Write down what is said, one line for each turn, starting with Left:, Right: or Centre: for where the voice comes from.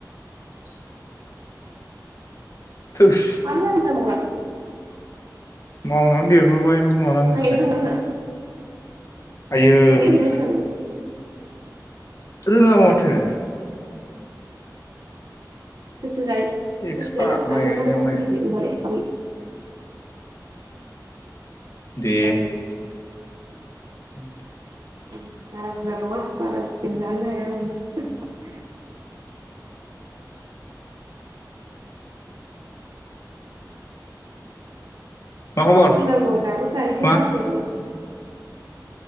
Left: <inaudible> थोस
Right: मानोथो हाजिरा मावो रा
Left: मावनानै देरबोबाय मा मालानिफ्राय
Right: माइ गायनो रोंगौ ना रोङा
Left: आयै
Right: माइ गायनो रोंगौना रोङा नोंलाय
Left: रोङाबा माथो
Right: जिराय
Left: एक्सपार्ट
Right: गोस थोनायफोरखौ सानै
Left: माइ गायनायावहाय
Right: साथामसो बेखौ बानाय
Left: दे
Right: <unintelligible>
Left: <inaudible>
Right: उम बाराबुजा नङा बाराबुजा जाहोनो हाया आङो हो
Left: मा खबर
Right: थिननांगौ दाबो गायजेनाखै
Left: मा
Right: र' उम